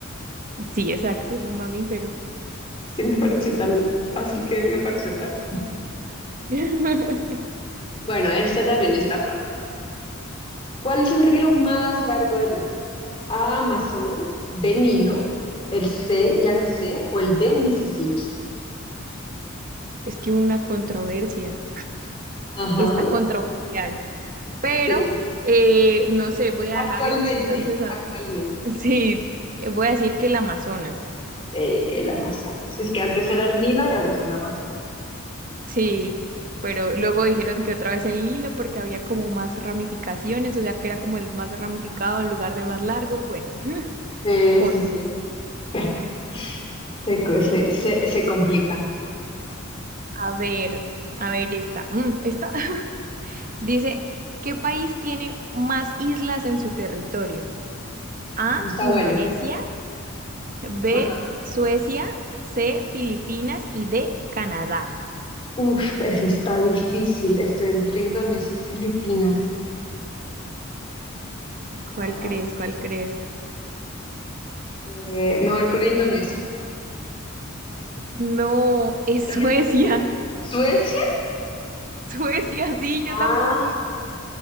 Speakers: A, on the right; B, on the left.
A: Sí, exacto, es un mamífero.
B: Sí, me pareció tan fácil que me pareció raro.
A: <laughs>
B: Bueno, esta también está fácil. ¿Cuál es el río más largo del mundo? A, Amazonas, B, Nilo, el C, Yangtze o el D, Mississippi.
A: Es que hubo una controversia,
B: Ajá,
A: está controversial, pero
B: sí.
A: eh, no sé, voy a
B: Actualmente,
A: dejarlo entonces, a-
B: actualmente,
A: <laughs> sí, voy a decir que el Amazonas.
B: eh, el Amazonas. Es que antes era el Nilo y ahora es el Amazonas.
A: Sí, pero luego dijeron que otra vez el Nilo porque había como más ramificaciones, o sea que era como el más ramificado en lugar de más largo. Bueno, <laughs>
B: Sí,
A: cosas.
B: sí, sí. <laughs> Se, co- se, se, se complican.
A: A ver, a ver esta. Mm, esta <laughs> dice, ¿qué país tiene más islas en su territorio? A,
B: Eso está
A: Indonesia,
B: bueno. Eso está.
A: B,
B: Ajá.
A: Suecia, C, Filipinas y D, Canadá.
B: Uf, eso está difícil. Estoy entre Indonesia y Filipinas. Wow.
A: ¿Cuál crees? ¿Cuál crees?
B: Eh, me voy a ir con Indonesia.
A: No, es
B: ¿Era
A: Suecia.
B: Filipinas? ¿Suecia?
A: <laughs> Suecia, sí, yo tampoco
B: Ah,